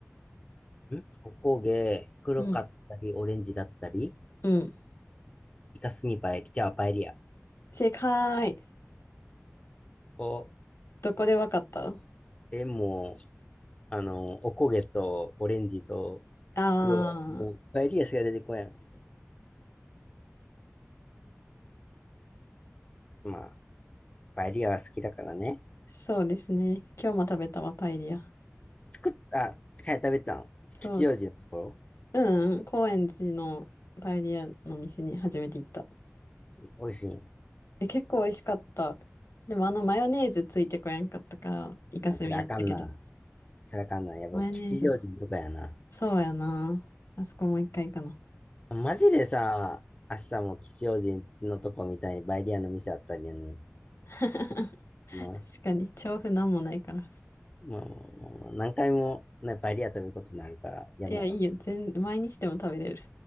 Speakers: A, on the left; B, on the left.
A: んおこげ、黒かったり、
B: うん。
A: オレンジだったり、
B: うん。
A: イカスミパエリ、じゃあパエリア。
B: 正解。
A: を
B: どこでわかったあ
A: でも、あの、おこげとオレンジと
B: あー、
A: 黒、もうパエリアしか出てこやん。まあ、パエリアは好きだからね。
B: <laughs> そうですね。今日も食べたわ、パエリア。
A: 作った、かや食べたん。
B: そう。
A: 吉祥寺のところ。
B: うんうん、高円寺のパエリアの店に初めて行った。
A: 美味しい。
B: え、結構美味しかった。でもあのマヨネーズついてこやんかったから、イカスミやったけど。
A: あ、それあかんな。それあかんな。やっぱ吉祥寺のとこやな。
B: マヨネーズ。そうやな。あそこもう一回かな。
A: マジでさ、明日も吉祥寺のとこみたいにパエリアの店あったりやね。
B: <laughs> 確
A: まあ、
B: かに、調布なんもないから。
A: まあ、まあまあまあ何回も、ね、パエリア食べることになるから、やめよ
B: いや、いいよ。全、毎日でも食べれる。